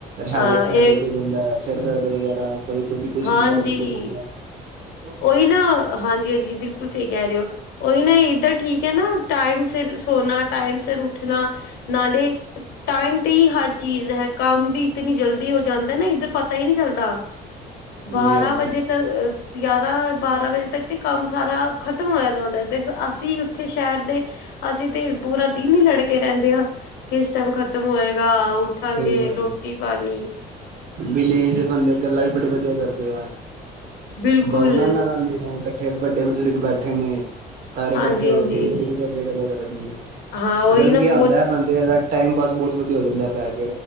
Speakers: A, on the right; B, on the left.
A: ਹੈੜੇਕ,
B: ਹਾਂ ਇਹ
A: ਹੈਡੇਕ ਹੁੰਦਾ, ਸਿਰ ਦਰਦ ਵਗੈਰਾ ਕੋਈ ਕ ਕੁਛ
B: ਹਾਂਜੀ
A: ਹੁੰਦਾ, ਕਦੇ ਕੁਛ ਹੁੰਦਾ। <unintelligible>
B: ਉਹੀ ਨਾ, ਹਾਂਜੀ-ਹਾਂਜੀ, ਬਿਲਕੁਲ ਸਹੀ ਕਹਿ ਰਹੇ ਹੋ, ਉਹੀ ਨਾ ਇੱਧਰ ਠੀਕ ਹੈ ਨਾ। ਟਾਈਮ ਸਿਰ ਸੋਨਾ, ਟਾਈਮ ਸਿਰ ਉ ਉੱਠਣਾ, ਨਾਲੇ ਟਾਈਮ ਤੇ ਹੀ ਹਰ ਚੀਜ਼ ਹੈ, ਕੰਮ ਵੀ। ਇਤਨੀ ਜਲਦੀ ਹੋ ਜਾਂਦੈ ਨਾ, ਇੱਧਰ ਪਤਾ ਹੀ ਨਹੀਂ ਚੱਲਦਾ
A: ਹਾਂਜੀ
B: ਬਾਰਾ
A: ਹਾਂਜੀ
B: ਵਜੇ ਇਆਰਾਂ, ਬਾਰਾਂ ਵਜੇ ਤੱਕ ਤੇ ਕੰਮ ਸਾਰਾ ਖਤਮ ਹੋ ਜਾਂਦਾ ਹੁੰਦਾ ਤੇ ਅਸੀਂ ਉੱਥੇ ਸ਼ਹਿਰ ਦੇ, ਅਸੀਂ ਤੇ ਪੂਰਾ ਦਿਨ ਹੀ ਲੜਗੇ ਰਹਿੰਦੇ ਹਾਂ। ਕਿਸ ਟਾਈਮ ਖ਼ਤਮ ਹੋਇਗਾ, ਉੱਠਾਂਗੇ
A: ਸਹੀ ਗੱਲ
B: ਰੋਟੀ-ਪਾਣੀ
A: ਹੈ ਵਿਲੇਜ ਦੇ ਬੰਦੇ ਗੱਲਾਂ ਵੀ ਬੜੇ ਵਧੀਆ ਕਰਦੇ ਆ,
B: ਬਿਲਕੁਲ
A: ਬਹੋ ਨਾ ਨਾਲ ਫਿਰ ਵੱਡੇ ਬਜ਼ੁਰਗ ਬੈਠੇ ਨੇ, ਸਾਰੇ
B: ਹਾਂਜੀ
A: ਇਕੱਠੇ ਹੋਕੇ।
B: ਹਾਂਜੀ
A: ਬੜੀ ਵਧੀਆ-ਵਧੀਆ ਗੱਲਾਂ ਕਰਨਗੇ। ਮਤਲਬ
B: ਹਾਂ ਉਹੀ ਨਾ
A: ਕੀ
B: ਬਹੁਤ
A: ਐਹ ਹੁੰਦਾ, ਬੰਦੇ ਦਾ ਟਾਈਮ ਪਾਸ ਬਹੁਤ ਵਧੀਆ ਹੋ ਜਾਂਦਾ ਬੈ